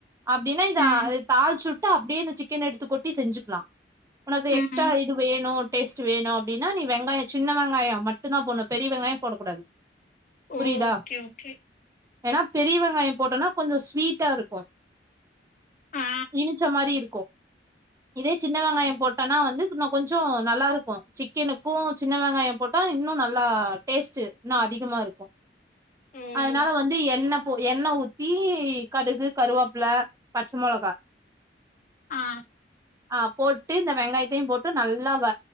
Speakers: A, on the right; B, on the left.
A: அப்டின்னா இதா
B: ம்
A: ‌தாள்ச்சுட்டு அப்டியே இந்த சிக்கன எடுத்து கொட்டி செஞ்சுக்லா ஒனக்கு எக்ஸ்
B: ம்
A: ட்டா இது வேணு டேஸ்ட்டு வேணு அப்டின்னா நீ வெங்காயோ சின்ன வெங்காயோ மட்டுந்தா போட்ணு பெரிய வெங்காயோ போடக்கூடாது புரிதா
B: ஓகே ஓகே
A: ஏனா பெரிய வெங்காயோ போட்டோனா கொஞ்சோ ஸ்வீட்டாருக்கு
B: ஆ
A: இனிச்ச மாரி இருக்கு இதே சின்ன வெங்காயோ போட்டனா வந்து இன்னு கொஞ்சோ நல்லாருக்கு சிக்கனுக்கு சின்ன வெங்காயோ போட்டா இன்னு நல்லா டேஸ்ட்டு இன்னு அதிகமாருக்கு
B: ஓ
A: அதனால வந்து எண்ண போ எண்ண ஊத்தி கடுகு கருவாப்ல பச்ச மொளகா
B: ஆ
A: ஆ போட்டு இந்த வெங்காயத்தையு போ ட்டு நல்லா வ